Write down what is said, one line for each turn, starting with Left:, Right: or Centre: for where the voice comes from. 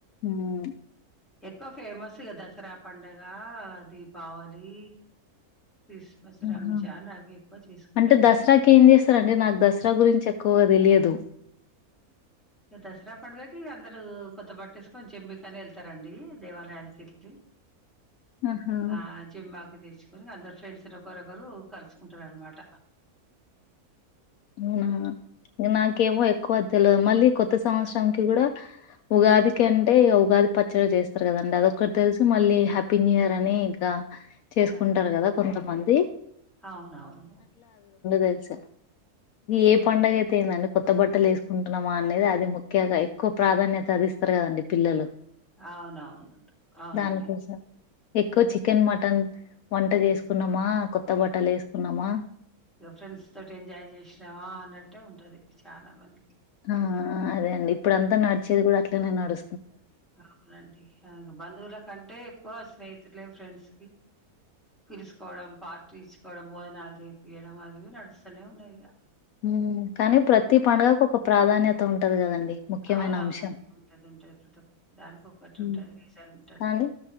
Left: ఉమ్
Centre: ఎక్కువ ఫేమస్ గా దసరా. పండగా దీపావళి. క్రిస్మస్ రంజాన్
Left: ఆహా
Centre: అవి ఎక్కువ చేసుకుంటుం
Left: అంటే దసరాకి ఏం చేస్తరండి నాకు దసరా గురించి ఎక్కువగా తెలియదు
Centre: దసరా పడగా అందరు కొత్త బట్ట కొంచెం మీకానే వెళ్తారండి దేవాలయానికి వెళ్ళి
Left: ఆహా
Centre: ఆ జ మా తెచ్చుకని అందరు ఫ్రెండ్స్ ఒకరొకరు కలుసుకుంటార అనమాట
Left: అవునా నాకేవో ఎక్కువ తెలియదు మళ్ళీ కొత్త సంవత్సరం క కూడా ఉగాదికి అంటే ఉగాది పచ్చడి చేస్తారు కదండి అదొక్కటి తెలుసు మళ్ళీ హ్యాపీ న్యూ ఇయర్ అని ఇంకా చేసుకుంటారు
Centre: ఆ
Left: కదా కొంతమంది ది
Centre: అవునవును
Left: తెలుసు ఏ పండడుగ
Centre: అదే
Left: అయితేయిందనుకు కొత్త బట్టలు వేసుకుంటున్నామా అనేది అది ముఖ్యంగా ఎక్కువ ప్రాధాన్యత అది ఇస్తారు కదండి పిల్లలు
Centre: అవునవును అవునండి
Left: దానికోసం ఎక్కువ చికెన్ మటన్ వంట చేసుకున్నామా కొత్త బట్టలు వేసుకున్నామా
Centre: ఫ్రెండ్స్ తోటి ఎంజాయ్ చేసినావా అన్నట్టే ఉంటది చాలా మంది
Left: ఆ అదే అండి ఇప్పుడు అంతా నడిచేది కూడా అట్లనే నడు
Centre: అవునడి అ బంధవులా క అంటే ఎక్కువ స్నేహితులులే ఫ్రెండ్స్ పిలుచసుకోవడం పార్టీ ఇచ్చుకోవడం భోజనాలు చేపియడం అవివి నడుస్తూనే ఉన్నాయి ఇక
Left: ఉ కానీ ప్రతి పండుగకు ఒక ప్రాధాన్యత అ ఉంటది కదండి ముఖ్యమైన
Centre: అవున
Left: అంశం
Centre: అవునం ఉంటది ఉంటది ప్రతిక్క దానికి ఒటి
Left: ఉమ్.
Centre: ఉంటది రీసన్ ఉంటది
Left: కానీ